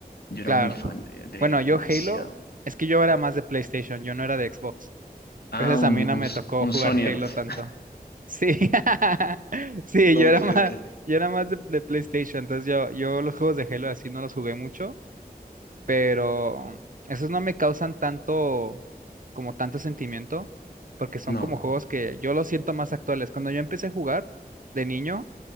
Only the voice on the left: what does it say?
Yo era
muy fan de, de
Halo,
demasiado.
Ah,
un,
un,
S-
un
Sony
Earth.
Ok,
ok. <laughs>
No,